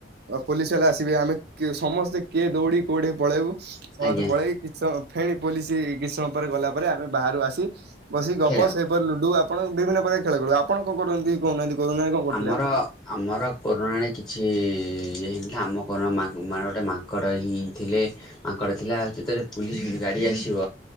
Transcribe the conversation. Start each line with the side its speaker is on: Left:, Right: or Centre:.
Right: ପୋଲିସ ବାଲେ ଆସିବେ ଆମେ କି ସମସ୍ତେ କିଏ ଦୌଡ଼ି କେଉଁଠି ପଳେଇବୁ ସମସ୍ତେ
Left: ଆଜ୍ଞା
Right: ପଳେଇ କିଛି ସମ ଫେଣି ପୋଲି କିଛି ସମୟ ପରେ ଗଲା ପରେ ଆମେ ବାହାରୁ ଆସି ବସିିକ
Left: ଖେଳ
Right: ଗପ ସେ ଲୁଡୁ ଆପଣ ବିଭିନ୍ନ ପ୍ରକାର ଖେଳ ଖଳୁ ଆପଣ କଣ କରନ୍ତି କହୁନାହାନ୍ତି କରୋନାରେ କଣ କର
Left: ଆମର ଆମର କରୋନାରେ କିଛି ଇଏ ହେଇନଥିଲା ଆମ କରୋନା ମାନେ ଗୋଟେ ତାଙ୍କର ହିଁ ଥିଲେ ମାଙ୍କଡ଼ ଥିଲା ଯେତେବେଳେ ପୁଲିସ ଗାଡ଼ି ଆସିବ